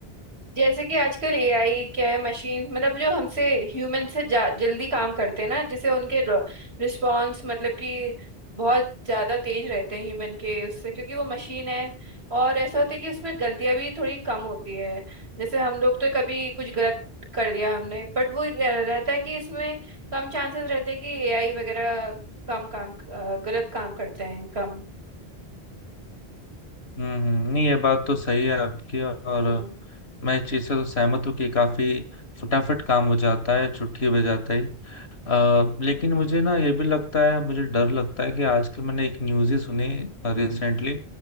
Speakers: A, on the right; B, on the left.
A: जैसे कि आजकल एआई क्या है मशीन मतलब जो हमसे ह्यूमन से जा, जल्दी काम करते हैं ना जिसे उनके रिस्पॉन्स मतलब कि बहुत ज्यादा तेज रहते हैं ह्यूमन के उससे क्योंकि वो मशीन है और ऐसा होता है कि उसमें गलतियां भी थोड़ी कम होती है जैसे हम लोग तो कभी कुछ गलत कर दिया हमने बट वो रह- रहता है कि इसमें कम चांसेस रहते हैं कि एआई वगैरह कम काम अ, गलत काम करते हैं कम
B: हम्म हम्म, नहीं ये बात तो सही है आपकी और
A: हम्म
B: मैं इस चीज से तो सहमत हूँ कि काफी फटाफट काम हो जाता है छुट्टी बजाते ही आ, लेकिन मुझे ना ये भी लगता है मुझे डर लगता है कि आजकल मैंने एक न्यूज़ ही सुनी रिसेंटली